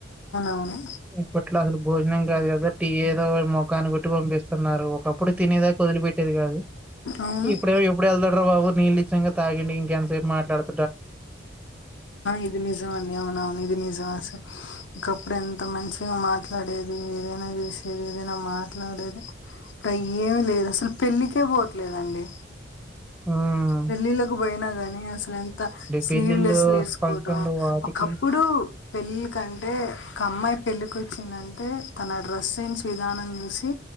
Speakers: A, on the left; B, in the centre.
A: అవునవును
B: ఇప్పట్లో అసలు భోజనం కాదు కదా టియే ఏదోకటి మొఖాన్ని కొట్టి పంపిస్తున్నారు ఒకప్పుడు తినేదా వదిలిపెట్టేది కాదు
A: అవును
B: ఇప్పుడే ఎప్పుడు వెళ్తాడ్రా బాబు నీళ్ళు నిచ్చంగా తాగిండి ఇంకెంతసేపు మాట్లాడత
A: ఇది నిజం అండి అవునవును ఇది నిజంస ఒకప్పుడు ఎంత మంచిగా మాట్లాడేది ఏదైనా చేసేది ఏదైనా మాట్లాడేది ఏమి లేదు అసలు పెళ్ళికే పోవట్లేదండి
B: ఆహా
A: పెళ్ళిళ్ళలకు పోయినా గాని అసలు ఎంత స్లీవ్
B: పెళ్ళిళ్ళు
A: లెస్లు వేసుకోవటం
B: ఫంక్షన్లు వాటికి
A: ఒకప్పుడు పెళ్లి ఎందుకంటే ఒక అమ్మాయి పెళ్ళకి వచ్చిందంటే తన డ్రస్ సెన్స్ విధానం చూసి